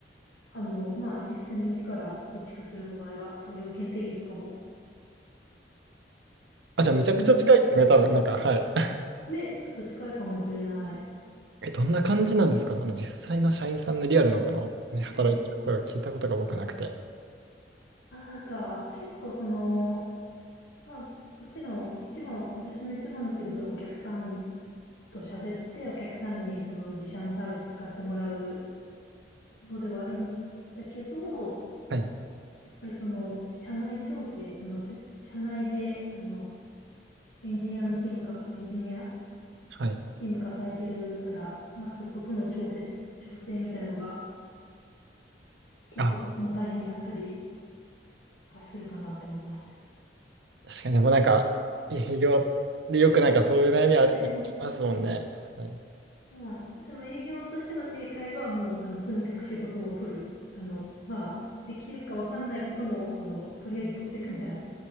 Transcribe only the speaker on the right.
あ、じゃあめちゃくちゃ近いですね、
多分。なんか、はい。<laughs>
え、どんな感じなんですかその実際の社員さんのリアルのこの、ね、働いてる声を聞いたことが僕なくて。
はい。
はい。
あ、
確かに、でもなんか、営業でよくなんかそういう悩みあるって聞きますもんね。
はい、